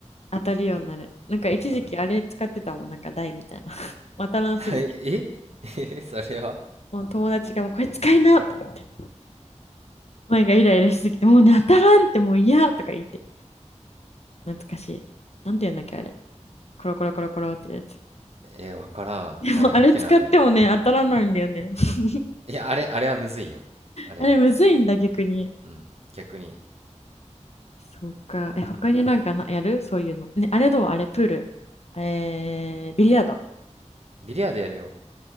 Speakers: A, on the left; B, on the right.
A: 当たるようになる。なんか一時期あれ使ってたもん。
B: うん。
A: なんか台みたいな。<laughs> 当たらんすぎて。
B: <laughs> ええ <laughs> それは
A: もう友達がもうこれ使いなとか言って。前がイライラしすぎて、もうね、当たらんってもう嫌とか言って。懐かしい。なんて言うんだっけあれ。コロコロコロコロってやつ。
B: え、わからん。
A: でもあれ使ってもね、
B: なんやっけな、あれ。
A: 当たらないんだよね。<laughs>
B: いや、あれ、あれはむずいよ。あれは。
A: あれむずいんだ逆に。
B: うん。逆に、
A: そうか。
B: なのかな。
A: え、他になんかな、やるそういうの。ね、あれどうあれ、プール。えー、ビリヤード。
B: ビリヤードやるよ。